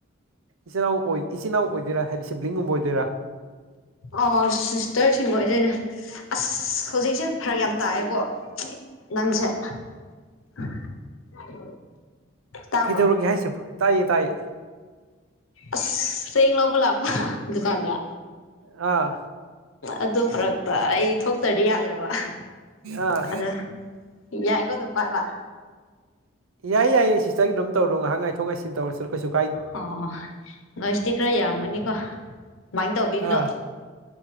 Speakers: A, on the right; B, on the left.
A: ꯏꯆꯤꯟꯅꯥꯎ ꯑꯣꯏ ꯏꯆꯤꯟꯅꯥꯎ ꯑꯣꯏꯗꯣꯏꯔꯥ ꯍꯥꯏꯗꯤ ꯁꯤꯕ꯭ꯂꯤꯡꯒꯨꯝꯕ ꯑꯣꯏꯗꯣꯏꯔꯥ
B: ꯑꯣ ꯁꯤꯁꯇꯔꯁꯤꯡ ꯑꯣꯏꯗꯣꯏꯅꯦ ꯑꯁ ꯍꯧꯖꯤꯛꯁꯦ ꯐꯔꯛ ꯌꯥꯝ ꯇꯥꯏꯌꯦꯕꯣ ꯅꯪꯁꯦ <unintelligible> ꯇꯥꯕ꯭ꯔꯣ
A: ꯀꯗꯧꯔꯒ ꯍꯥꯏꯁꯦ ꯇꯥꯏꯌꯦ ꯇꯥꯏꯌꯦ
B: ꯑꯁ ꯆꯦꯡ ꯂꯧꯕ ꯂꯥꯛꯄ ꯗꯨꯀꯥꯟꯗ
A: ꯑꯥ
B: ꯑꯗꯨ ꯐꯔꯛꯇ ꯑꯩ ꯊꯣꯛꯇ꯭ꯔꯗꯤ ꯌꯥꯗ꯭ꯔꯕ ꯑꯍꯥ
A: ꯑꯥ
B: ꯑꯗ ꯌꯥꯏꯀꯣ ꯑꯗꯨꯝ ꯄꯥꯏꯕ
A: ꯌꯥꯏꯌꯦ ꯌꯥꯏꯌꯦ ꯁꯤꯁꯇꯔꯒꯤ ꯗꯨꯝ ꯇꯧꯔꯣ ꯉꯥꯍꯥꯛ ꯉꯥꯏꯊꯣꯛ ꯉꯥꯏ ꯁꯤꯟ ꯇꯧꯔꯁꯅꯨ ꯀꯩꯁꯨ ꯀꯥꯏ
B: ꯑꯣ ꯅꯣꯏꯁꯇꯤ ꯈꯔ ꯌꯥꯝꯃꯅꯤꯀꯣ ꯀꯃꯥꯏꯅ ꯇꯧꯕꯤꯒꯅꯣ
A: ꯑꯥ